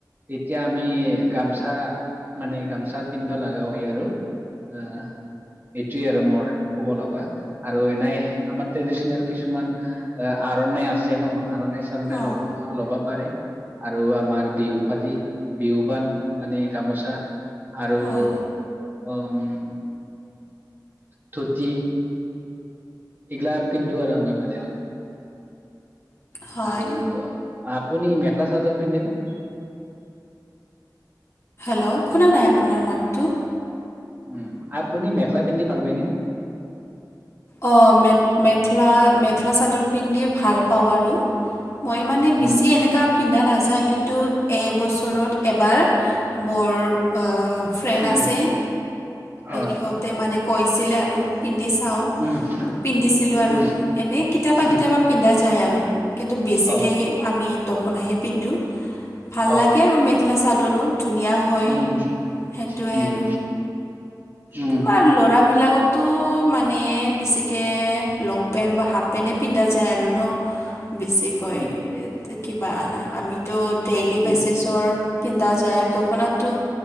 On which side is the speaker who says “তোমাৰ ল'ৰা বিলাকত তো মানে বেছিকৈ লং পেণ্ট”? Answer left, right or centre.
Left